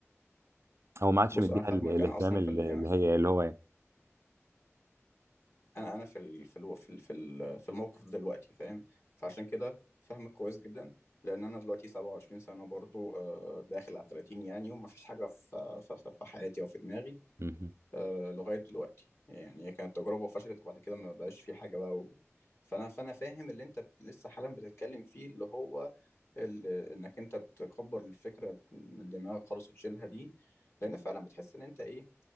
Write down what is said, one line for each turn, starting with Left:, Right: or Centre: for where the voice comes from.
Right: هو ما عادش
Left: بص
Right: مديها
Left: انا فاهمك
Right: ال- الاهتمام
Left: انا اصلا
Right: ال-
Left: في ال...
Right: اللي
Left: يعني
Right: هي اللي هو يعني
Left: انا انا في ال... في الو... في ال... في ال... في الموقف ده دلوقتي فاهم فعشان كده فاهمك كويس جدا لان انا دلوقتي 27 سنه برضو آه، داخل على 30 يعني وما فيش حاجه في في في في حياتي او في دماغي
Right: مهم.
Left: آه، لغايه دلوقتي يعني هي كانت تجربه وفشلت وبعد كده ما بقاش في حاجه بقى و... فانا فانا فاهم اللي انت لسه حالا بتتكلم فيه اللي هو ال... انك انت تكبر الفكره من دماغك خالص وتشيلها دي لان فعلا بتحس ان انت ايه